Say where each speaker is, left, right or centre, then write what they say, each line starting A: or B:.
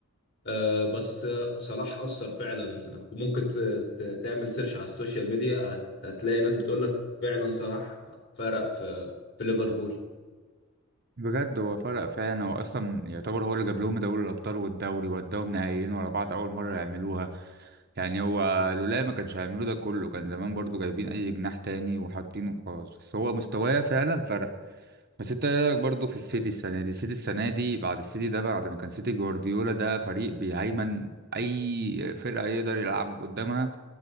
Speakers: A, on the left; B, on the right.
A: أه بس آه، صلاح أثر فعلا وممكن ت- ت- تعمل سيرش على السوشيال ميديا هت- هتلاقي ناس بتقول لك فعلا صلاح فرق في في ليفربول
B: بجد هو فرق فعلا هو اصلا يعتبر هو اللي جاب لهم دوري الابطال والدوري وداهم نهائيين ورا بعض اول مره يعملوها يعني هو لولا ما كانش هيعملوا ده كله كان زمان برضو جايبين اي جناح تاني وحاطينه خلاص بس هو مستواه فعلا فرق بس انت ايه رايك برضو في السيتي السنه دي السيتي السنه دي بعد السيتي ده بعد ما كان سيتي جوارديولا ده فريق بيهيمن اي فرقه يقدر يلعب قدامها